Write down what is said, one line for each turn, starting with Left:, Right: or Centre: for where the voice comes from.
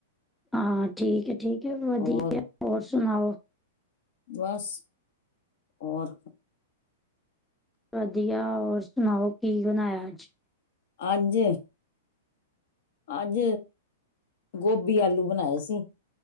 Centre: ਹਾਂ ਠੀਕ ਹੈ ਠੀਕ ਹੈ ਵਧੀਆ
Left: ਹੋਰ
Centre: ਹੋਰ ਸੁਣਾਓ
Left: ਬਸ, ਹੋਰ
Centre: ਵਧੀਆ, ਹੋਰ ਸੁਣਾਓ ਕੀ ਬਣਾਇਆ ਅੱਜ
Left: ਅੱਜ ਅੱਜ, ਗੋਭੀ ਆਲੂ ਬਣਾਏ ਸੀ